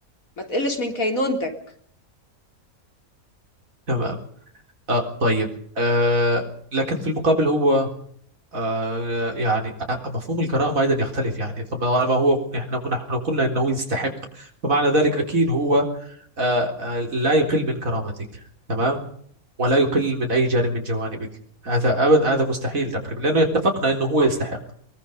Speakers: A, on the left (about 70°); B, on the right (about 65°).
A: ما تقلش من كينونتك
B: تمام آه طيب آه لكن في المقابل هو آه يعني آه مفهوم الكرامة أيضا يختلف يعني طبعا ما ما هو إحنا كنا إحنا قلنا أنه يستحق فمعنى ذلك أكيد هو آه آه لا يقل من كرامتك تمام ولا يقل من أي جانب من جوانبك هذا أبد هذا مستحيل تقريبا لأنه اتفقنا أنه هو يستحق